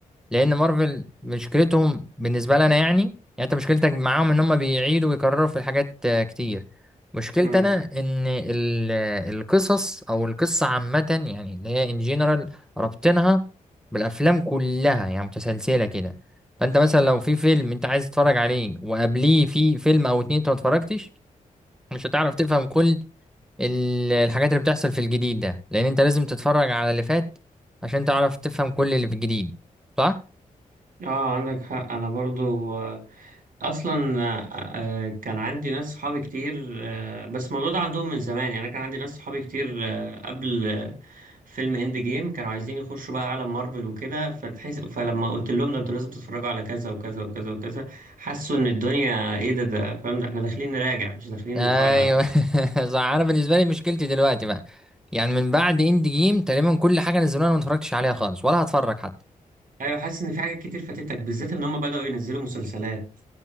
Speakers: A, in the centre; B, on the right.
A: لان مارفل مشكلتهم بالنسبه لنا يعني يعني انت مشكلتك معاهم ان هم بيعيدوا ويكرروا في الحاجات آه، كتير مشكلتي
B: مم.
A: انا ان ال- آه، القصص او القصه عامه يعني اللي هي ان جنرال ربطنها بالافلام كلها يعني متسلسله كده فانت مثلا لو في فيلم انت عايز تتفرج عليه وقبليه في فيلم او اتنين انت ما اتفرجتش مش هتعرف تفهم كل ال- الحاجات اللي بتحصل في الجديد ده لان انت لازم تتفرج على اللي فات عشان تعرف تفهم كل اللي في الجديد صح
B: اه عندك حق انا برضو اصلا آه، آه، كان عندي ناس صحابي كتير آه، بس الموضوع ده عندهم من زمان يعني انا كان عندي ناس صحابي كتير آه، قبل آه، فيلم اند جيم كانوا عايزين يخشوا بقى عالم مارفل وكده فتحس فلما قلت لهم ده انتوا لازم تتفرجوا على كذا وكذا وكذا وكذا حسوا ان الدنيا ايه ده ده فاهم ده احنا داخلين نراجع مش داخلين
A: ايوه
B: نتفرج على افلام
A: <laughs> صح انا بالنسبه لي مشكلتي دلوقتي بقى يعني من بعد اند جيم تقريبا كل حاجه نزلوها انا ما اتفرجتش عليها خالص ولا هتفرج حتى
B: ايوه حاسس ان في حاجات كتير فاتتك بالذات ان هم بدأوا ينزلوا مسلسلات